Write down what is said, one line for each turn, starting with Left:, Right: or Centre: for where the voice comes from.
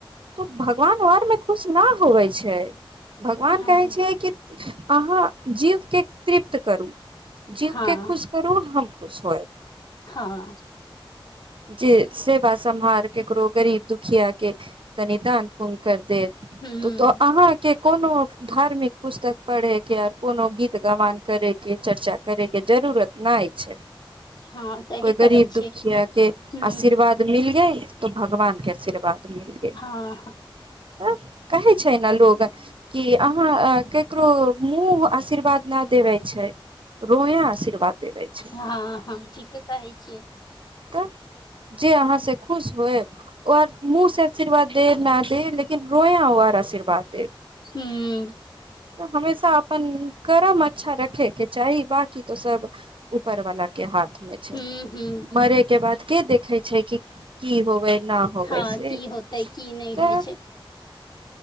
Right: तो भगवान आर में खुश न होवे छै छै भगवान
Left: हूँ
Right: कहै छै कि अहाँ जीवके तृप्त करू जीवके
Left: हँ
Right: खुश करू हम स
Left: हँ
Right: <inaudible> जे सेवा समहार केकरौ गरीब दुखिया के तनिदान पूण करु त
Left: हूँ
Right: अहाँके कोनो धार्मिक पुस्तक पढ़े के आर कोनो गीत गवान करेके चर्चा करे के जरूरत नहि छय
Left: हँ सही
Right: कोइ गरीब
Left: कहै छी
Right: दुखिया के
Left: हूँ
Right: आशीर्वाद मिल गय तो भगवान के आशीर्वाद कहै
Left: हँ
Right: छै ने लोग अहाँ केकरो मुँह आशीर्वाद न देबै छै रोय आशीर्वाद देवे छै
Left: हँ हँ ठीके कहै छियै
Right: तऽ जे अहाँसँ खुश होएब ओ आर मुँहसँ आशीर्वाद देब न दे लेकिन रोयाँ ओ आर आशीर्वाद देब
Left: हुँ
Right: हमेशा अपन कर्म अच्छा रखे के चाही बाकी तो सब ऊपर वाला के हाथ छै
Left: हूँ हूँ
Right: मरे के बाद के देखे छै कि की होवे न होबै
Left: हँ
Right: से
Left: की होतै की नहि
Right: तऽ
Left: होइ छै